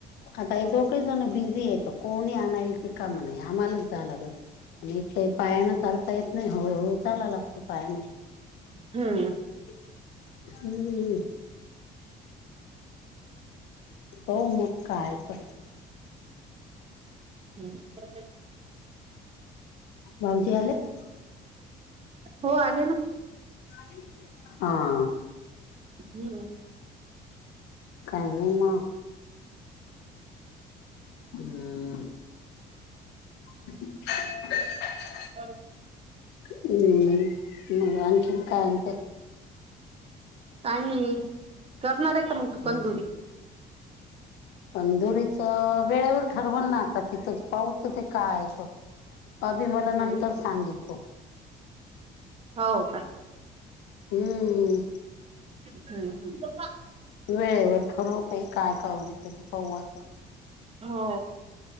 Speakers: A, on the left; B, on the right.
A: आता हे दोघ जण बिझी येतो. कोणी आणायला रीकाम नाही. आम्हालाच जा लागल. आणि एक त पायानं चालता येत नाही. हळूहळू चाला लागत. पायानं
B: हम्म.
A: हम् <unintelligible> होऊ, मग काय तर?
B: हम्म <unintelligible>
A: <inaudible> भाऊजी आलेत?
B: हो आले ना.
A: <inaudible> हा.
B: हम्म.
A: काय नाही म. <inaudible> हम्. <inaudible>
B: <unintelligible>
A: हम्म मख कायंत
B: आणि करणार आहे का मग तू
A: हम्म
B: तंदुरी
A: तंदुरीच वेळेवर ठरवल ना आता तिथंच पाऊत ते कायय त अभी मला
B: हम्म
A: नंतर सांगेल तो
B: हो का
A: हम्म
B: हम्म हम्म
A: वेळेवर ठरवू पा काय करू ते तू पाहू आता
B: हो